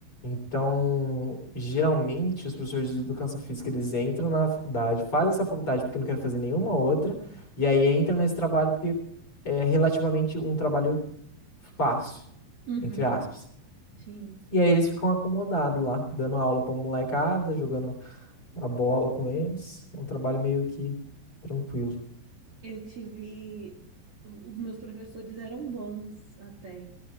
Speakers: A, on the left; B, on the right.
A: Então, geralmente, os professores de educação física, eles entram na faculdade, fazem essa faculdade porque não querem fazer nenhuma outra, e aí entram nesse trabalho porque é relativamente um trabalho fácil,
B: Uhum.
A: entre aspas.
B: Sim.
A: E aí eles ficam acomodados lá, dando aula pra molecada, jogando a bola com eles. É Um trabalho meio que tranquilo.
B: Eu tive. Os meus professores eram bons até.